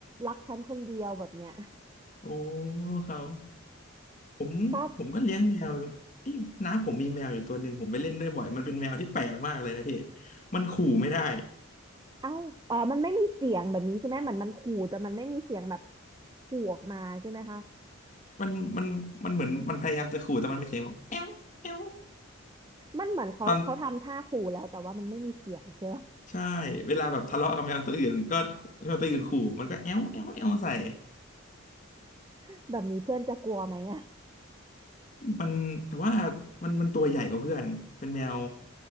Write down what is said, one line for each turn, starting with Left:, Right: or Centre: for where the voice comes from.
Right: รักฉันคนเดียวแบบเนี้ย
Left: <laughs> โอ้ครับผมผมก็เลี้ยงแมว
Right: ชอบ
Left: นี่น้าผมมีแมวอยู่ตัวหนึ่งผมไปเล่นด้วยบ่อยมันเป็นแมวที่แปลกมากเลยนะพี่มันขู่ไม่ได้
Right: เอ้า อ๋อ มันไม่มีเสียงแบบนี้ใช่ไหมเหมือนมันขู่แต่มันไม่มีเสียงแบบขู่ออกมาใช่ไหมคะ
Left: มันมันมันเหมือนมันพยายามจะขู่แต่มันเป็นเสียงแบบแอวแอว
Right: มันเหมือนเขาเขาทำท่าขู่แล้วแต่ว่ามันไม่มีเสียงใช่ปะ
Left: ตอนใช่เวลาแบบทะเลาะกับแมวตัวอื่นก็แมวตัวอื่นขู่มันก็แอวแอวแอวใส่
Right: <laughs> แบบนี้เพื่อนจะกลัวไหมอะ
Left: มันแต่ว่ามันมันตัวใหญ่กว่าเพื่อนเป็นแมว